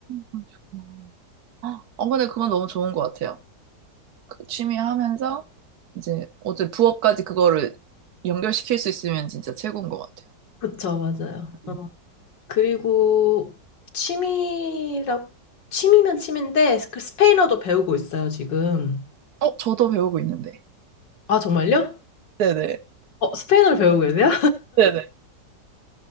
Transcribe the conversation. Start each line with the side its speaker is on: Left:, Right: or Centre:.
Right: 그러시구나. 아, 어, 근데 그건 너무 좋은 것 같아요. 그 취미 하면서 이제 어제 부업까지 그거를 연결시킬 수 있으면 진짜 최고인 것 같아요.
Left: 그쵸, 맞아요. 어,
Right: 음.
Left: 그리고 취미라, 취미면 취미인데 그 스페인어도 배우고 있어요, 지금.
Right: 어, 저도 배우고 있는데.
Left: 아, 정말요?
Right: 네네.
Left: 어, 스페인어를 배우고 계세요?
Right: 네네.